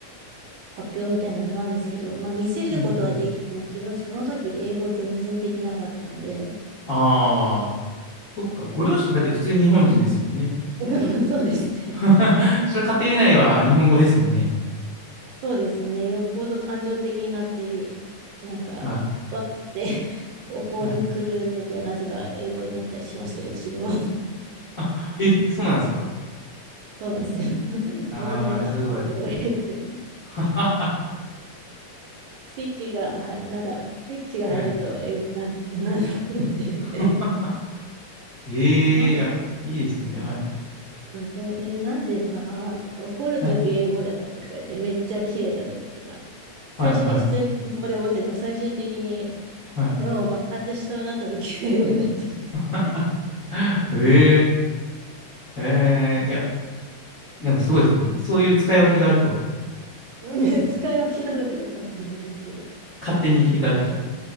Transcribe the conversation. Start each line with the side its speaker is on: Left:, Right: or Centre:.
Right: 発表みたいなのがあるんですけど、まあ、見せることはできても、
Left: うんうん。
Right: 自分その時英語全然できなかったんで、
Left: ああ、そっか。ご両親だって普通に日本人ですもんね。
Right: <laughs> でもそうですね。
Left: <laughs> それ家庭内は日本語ですもんね。
Right: そうですね。よっぽど感情的になって、なんか、
Left: は
Right: わーって <laughs> 怒り狂うときはなぜか英語になったりしますけど、
Left: い。はい。
Right: 自分は。
Left: <laughs> え、そうなんですか
Right: そうなんですよ。<laughs>
Left: ああー、
Right: なんでだろうってとか言って、
Left: すごい。<laughs> は
Right: スイッチがは、なんか、スイッチが入ると英語に
Left: い。
Right: な、なるのって。<laughs>
Left: <laughs> ええいや、
Right: まあ、
Left: いいですね。はい。
Right: なんですけどね、えーなんでさ、怒るとき英語だよってとか言って、
Left: はい。
Right: めっちゃキレたときとか、最初に普通に英語で怒ってても、
Left: はい。はい。
Right: 最終的に
Left: はい
Right: もう爆発しそうになった時が英語になって
Left: あ
Right: る。
Left: <laughs> ええええいや、なんかすごいですね。そういう使い分けがあると、
Right: <laughs> 使い分けなのかよくわかんないですけど、
Left: 勝手に切り替わっちゃう。